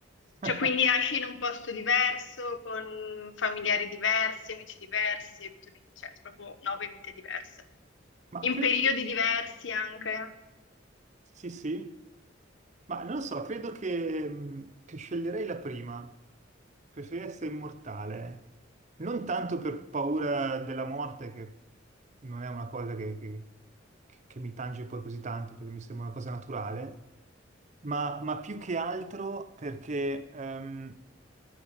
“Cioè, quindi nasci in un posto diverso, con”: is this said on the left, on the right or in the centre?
Left